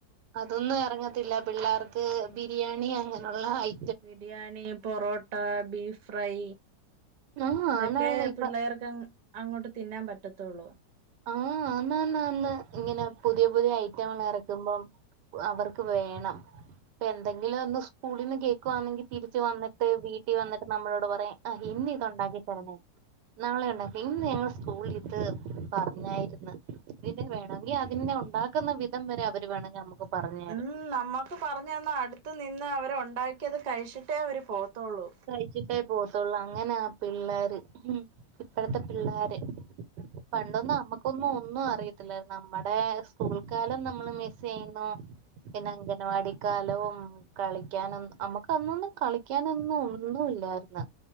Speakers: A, on the right (about 80°); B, on the right (about 50°).
A: അതൊന്നും ഇറങ്ങത്തില്ല പിള്ളാ ർക്ക് ബിരിയാണി അങ്ങനെയുള്ള ഐ
B: ബിരിയാണി പൊറോട്ട ബീഫ് ഫ്രൈ
A: ആഹ്
B: ഇതെക്കെ
A: ആണാണ് ഇപ്പൊ
B: പിള്ളേർക്ക് അങ്ങോട്ട് തിന്നാൻ പറ്റത്തൊള്ളൂ
A: ആഹ് ആന്ന് ആന്ന് ആന്ന് ഇങ്ങനെ പുതിയ പുതിയ ഐറ്റങ്ങൾ എറക്കുമ്പം അവർക്ക് വേണം ഇപ്പോ എന്തെങ്കിലും ഒന്ന് സ്കൂളിൽ നിന്ന് കേൾക്കുവാണെങ്കിൽ തിരിച്ചു വന്നിട്ട് വീട്ടിൽ വന്നിട്ട് നമ്മളോട് പറയും ആഹ് ഇന്ന് ഇത് ഉണ്ടാക്കി തരണേ നാളെ ഉണ്ടാക്കി ഇന്ന് ഞങ്ങടെ സ്കൂളിലിതു പറഞ്ഞായിരുന്നു ഇതിനെ വേണമെങ്കിൽ അതിനെ ഉണ്ടാക്കുന്ന വിധം വരെ അവര് വേണമെങ്കിൽ നമുക്ക് പറഞ്ഞു തരും
B: ഉം നമ്മക്ക് പറഞ്ഞ തന്നാ അടുത്ത നിന്ന് അവരെ ഉണ്ടാക്കിയത് കഴിച്ചിട്ടേ അവര് പോവത്തോള്ളൂ
A: കഴച്ചിട്ടേ പോവത്തുള്ളൂ അങ്ങനെ പിള്ളോര് ഇപ്പഴത്തെ പിള്ളോര് പണ്ടൊന്നും നമ്മക്കൊന്നും ഒന്നും അറിയത്തില്ല നമ്മുടെ സ്കൂൾ കാലം നമ്മള് മിസ് ചെയ്യുന്നു പിന്നെ അംഗൻവാടി കാലവും കളിക്കാന നമ്മുക്ക അന്നൊന്നും കളിക്കാനൊന്നും ഒന്നും ഇല്ലായിരുന്ന്